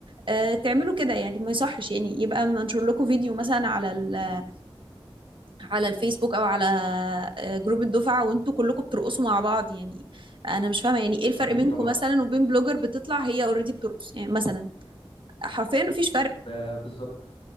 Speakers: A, on the right (about 60°); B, on the left (about 80°).
A: آه، تعملوا كده يعني ما يصحش يعني يبقى منشر لكم فيديو مثلا على ال- على الفيسبوك او على آه، جروب الدفعة وانتوا كلكم بترقصوا مع بعض يعني انا مش فاهمة يعني ايه الفرق
B: اكيد
A: بينكم
B: طبعا
A: مثلا وبين بلوجر بتطلع هي اوريدي بترقص يعني مثلا حرفيا مفيش فرق
B: ب- بالظبط